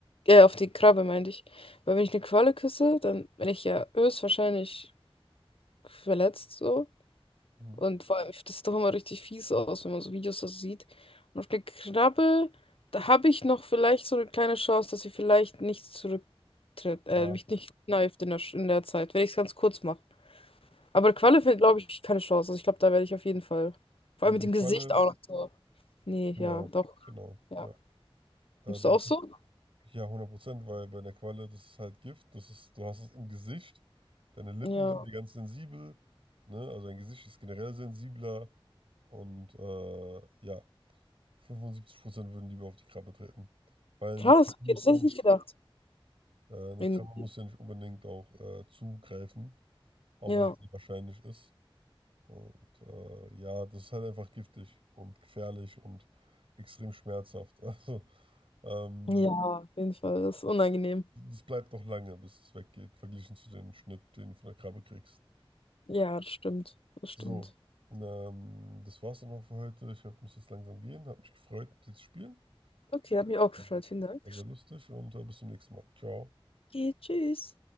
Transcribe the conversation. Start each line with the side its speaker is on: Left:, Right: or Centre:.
Left: äh, auf die Krabbe meinte ich, weil wenn ich eine Qualle küsse, dann bin ich ja höchstwahrscheinlich verletzt, so.
Right: Mhm.
Left: Und vor allem, das sieht doch immer richtig fies aus, wenn man so Videos so sieht. Und auf der Krabbe, da habe ich noch vielleicht so eine kleine Chance, dass sie vielleicht nicht zurücktritt, äh,
Right: Ja,
Left: mich nicht kneift in der, in der Zeit, wenn ich es ganz kurz mache. Aber Qualle fällt, glaube ich, keine Chance. Also ich glaube, da werde ich auf jeden Fall. Vor
Right: nee,
Left: allem
Right: bei
Left: mit dem
Right: Qualle,
Left: Gesicht auch noch so. Nee,
Right: genau,
Left: ja, doch.
Right: genau,
Left: Ja.
Right: ja. Äh,
Left: Bist
Right: dann,
Left: du auch so?
Right: ja, hundert Prozent, weil bei der Qualle, das ist halt Gift, das ist, du hast es im Gesicht, deine Lippen
Left: Ja.
Right: sind dir ganz sensibel, ne, also dein Gesicht ist generell sensibler und äh, ja, 75% würden lieber auf die Krabbe treten, weil
Left: Krass,
Right: eine Krabbe
Left: okay,
Right: muss
Left: das
Right: auch
Left: hätte
Right: nicht,
Left: ich nicht gedacht.
Right: äh, eine
Left: Irgendwie.
Right: Krabbe muss ja nicht unbedingt auch äh, zugreifen, auch
Left: Ja.
Right: wenn es sehr wahrscheinlich ist. Und äh, ja, das ist halt einfach giftig und gefährlich und extrem schmerzhaft. <laughs> Also, ähm,
Left: Ja, auf jeden Fall. Das ist unangenehm.
Right: das bleibt noch lange, bis es weggeht, verglichen zu dem Schnitt, den du von der Krabbe kriegst.
Left: Ja, das stimmt. Das
Right: So,
Left: stimmt.
Right: ähm, das war's dann auch für heute. Ich glaub, ich muss jetzt langsam gehen. Hat mich gefreut, mit dir zu spielen.
Left: Okay, hat mich auch gefreut.
Right: War
Left: Vielen Dank.
Right: sehr lustig und äh, bis zum nächsten Mal. Ciao.
Left: Okay, tschüss.